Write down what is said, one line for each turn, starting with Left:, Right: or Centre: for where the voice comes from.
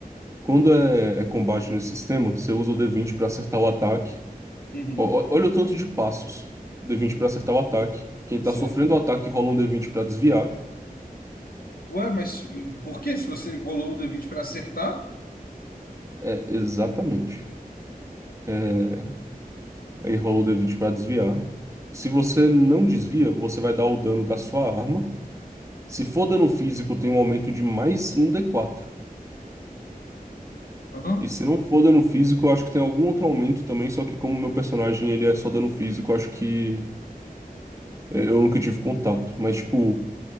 Right: quando é, é combate nesse sistema, você usa o D20 pra acertar o ataque.
Left: Uhum.
Right: Ó, ó, olha o tanto de passos. D20 pra acertar o ataque. Quem
Left: Certo.
Right: tá sofrendo o ataque rola um D20 pra desviar.
Left: Ué, mas por que se você rolou o D20 para acertar?
Right: É, exatamente. É, aí rola o D20 pra desviar. Se você não desvia, você vai dar o dano da sua arma. Se for dano físico, tem um aumento de mais um D4.
Left: Ah,
Right: E se não for dano físico, eu acho que tem algum outro aumento também, só que como meu personagem ele é só dano físico, eu acho que é, eu nunca tive contato. Mas, tipo,